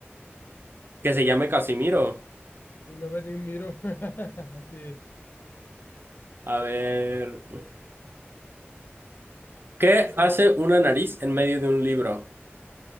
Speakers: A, on the right; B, on the left.
A: Que se llame Casimiro.
B: Y no ver ni un miro. <laughs> Sí,
A: A ver. ¿Qué hace una nariz en medio de un libro?